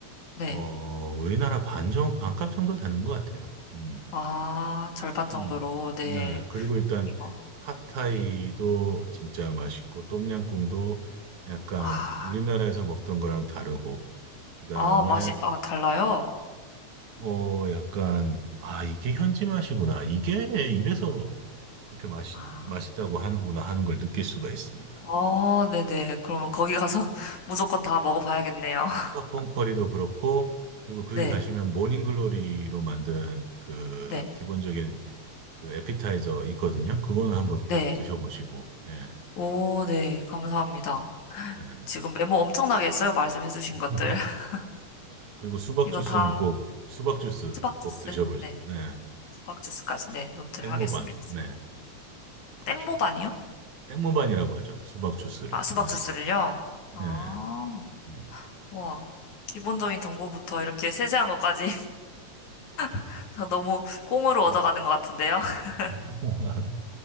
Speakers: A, on the left; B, on the right.
A: 네.
B: 어, 우리나라 반 정, 반값 정도 되는 것 같아요. 음,
A: 아, 절반 정도로.
B: 음.
A: 네.
B: 네. 그리고 일단
A: 그럼 이거.
B: 팟타이도
A: 네.
B: 진짜 맛있고 똠양꿍도 약간
A: 아,
B: 우리나라에서 먹던 거랑 다르고 그다음에
A: 아, 맛이, 아, 달라요?
B: 어 약간 아 이게
A: 네.
B: 현지 맛이구나. 이게 이래서 그렇게 맛이
A: 아,
B: 맛있다고 하는구나 하는 걸 느낄 수가 있습니다.
A: 어, 네네. 그러면 거기 가서 <laughs> 무조건 다 먹어봐야겠네요. <laughs>
B: 팟폰 커리도 그렇고 그리고 거기
A: 네.
B: 가시면 모닝글로리로 만든 그
A: 네.
B: 기본적인 그 에피타이저 있거든요. 그거는 한번
A: 네.
B: 꼭 드셔보시고, 예.
A: 오, 네. 감사합니다.
B: 네네네.
A: 지금 메모 엄청나게 했어요. 말씀해주신 것들.
B: <laughs>
A: <laughs>
B: 그리고 수박
A: 이거
B: 주스는
A: 다
B: 꼭, 수박 주스
A: 수박
B: 꼭
A: 주스.
B: 드셔보시고,
A: 네.
B: 네.
A: 수박 주스까지, 네. 노트를
B: 땡모반,
A: 하겠습니다.
B: 네. 그렇죠.
A: 땡모반이요?
B: 땡모반이라고 하죠. 수박 주스를.
A: 아, 수박
B: 네.
A: 주스를요? 아,
B: 예. 음.
A: 와. 기본적인 정보부터 이렇게 세세한 것까지 <laughs> 다 너무 꽁으로
B: 네.
A: 얻어가는 것 같은데요. <laughs>
B: <laughs>